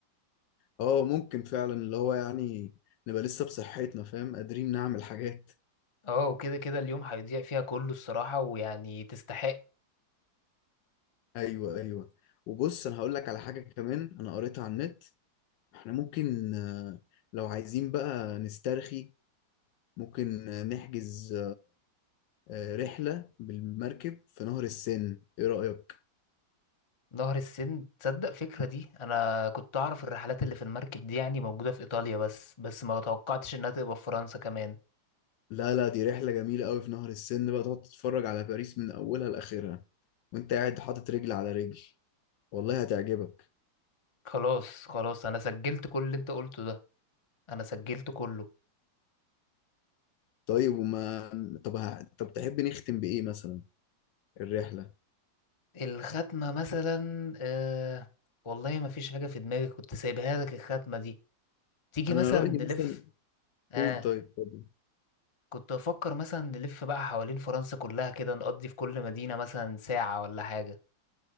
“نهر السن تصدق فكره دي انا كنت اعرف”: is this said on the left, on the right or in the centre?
Left